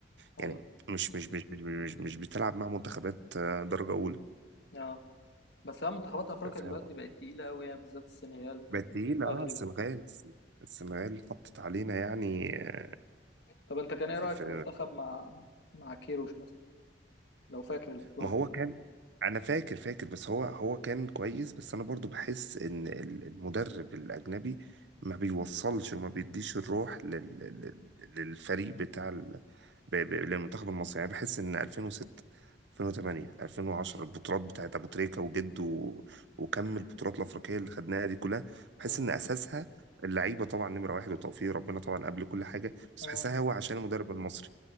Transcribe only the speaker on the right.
يعني مش مش مش مش, مش, مش بتلعب مع منتخبات آه، درجه اولى
فاهم
بقت تقيله
اه السنغال السنغال حطت علينا يعني آه،
في,
في
ما هو
كان انا فاكر فاكر بس هو هو كان كويس بس انا برضو بحس ان ال- المدرب الاجنبي ما بيوصلش وما بيديش الروح لل... لل- للفريق بتاع ال... ب... ب... للمنتخب المصري يعني بحس ان 2006 2008 2010 البطولات بتاعت ابو تريكة وجد و... وكم البطولات الافريقيه اللي خدناها دي كلها بحس
ان اساسها اللعيبه طبعا نمره واحد وتوفيق ربنا طبعا قبل كل حاجه بس
بحسها هو عشان المدرب المصري